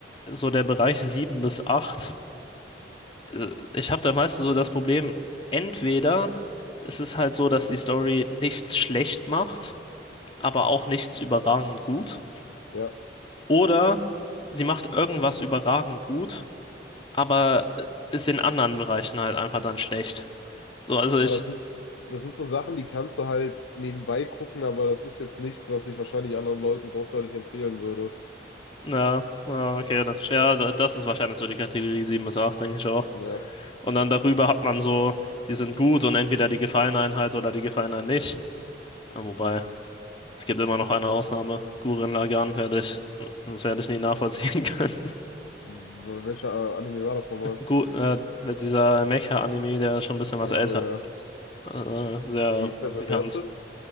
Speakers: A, on the left; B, on the left.
A: so der Bereich 7 bis acht äh, ich habe da meistens so das Problem, entweder ist es halt so, dass die Story nichts schlecht macht, aber auch nichts überragend gut.
B: Ja,
A: Oder sie macht irgendwas überragend gut, aber ist in anderen Bereichen halt einfach dann schlecht. So, also
B: Ja,
A: ich,
B: das sind, das sind so Sachen, die kannst du halt nebenbei gucken, aber das ist jetzt nichts, was ich wahrscheinlich anderen Leuten großartig empfehlen würde.
A: na, na, okay, das, ja, da- das ist wahrscheinlich so die Kategorie 7 bis acht denke ich auch.
B: Ja.
A: Und dann darüber hat man so, die sind gut und entweder die gefallen einem halt oder die gefallen einem nicht. Ja, wobei, es gibt immer noch eine Ausnahme. Gurren Lagann werde ich, das werde ich nie nachvollziehen <laughs> können.
B: Welcher äh, Anime war das nochmal?
A: Gut, äh, mit dieser Mecha-Anime, der schon ein bisschen was
B: Also
A: älter
B: ja.
A: ist, ist äh, sehr
B: Wie ist der bewertet?
A: bekannt.